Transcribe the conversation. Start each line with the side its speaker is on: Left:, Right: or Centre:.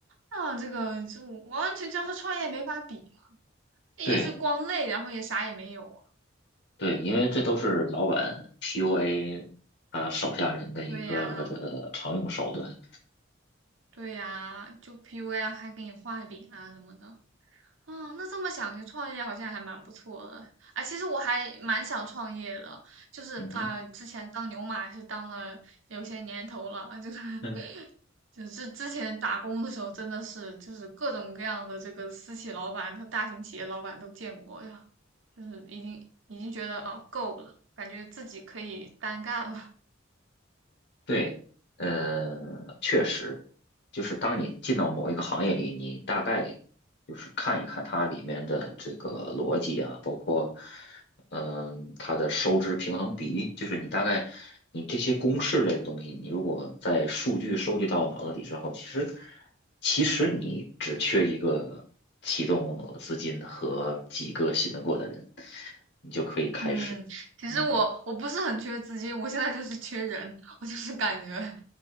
Right: 那这个就完完全全和创业没法比，这也是光累，
Left: 对
Right: 然后也啥也没有啊。
Left: 对，因为这都是老板 PUA 啊手下人的一个呃常用手段。
Right: 对呀，对呀，就 PUA 啊还给你画饼啊什么的。哦，那这么想，就创业好像还蛮不错的。啊，其实我还蛮想创业的，就是啊、
Left: 嗯哼。
Right: 之前当牛马是当了有些年头了，就是 <laughs>
Left: 嗯。
Right: 就是之前打工的时候，真的是就是各种各样的这个私企老板和大型企业老板都见过呀，就是已经已经觉得哦够了，感觉自己可以单干了。<laughs>
Left: 对，呃，确实，就是当你进到某一个行业里，你大概就是看一看它里面的这个逻辑啊，包括，嗯、它的收支平衡比，例，就是你大概你这些公式类的东西，你如果在数据收集到脑子里之后，其实其实你只缺一个启动资金和几个信得过的人，你就可以开始，
Right: 嗯，其实我我不是很缺资金，
Left: 嗯。
Right: 我现在就是缺人，我就是感觉，啊、